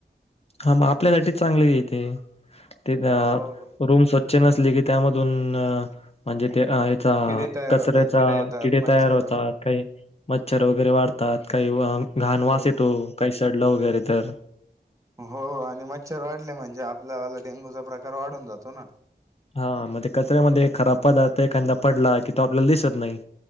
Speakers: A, on the left; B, on the right.
A: हा मग आपल्यासाठीच चांगले येते ते
B: हो
A: रूम नली की त्याधून म्हणजे चा
B: किडे तयार
A: कचऱ्याचा
B: होतात येतात
A: किडे
B: मच्छर
A: तयार होतात काही मच्छर वगैरे वाढतात काही घाण
B: हो
A: वास येतो काही सडलं वगैरे तर
B: हो आणि मच्छर वाढले म्हणजे आपल्याला डेंगूचा प्रकार वाढून जातो ना
A: हा म्हणजे कचऱ्यामध्ये खराब पदार्थ एखादा पडला की तो आपल्याला दिसत नाही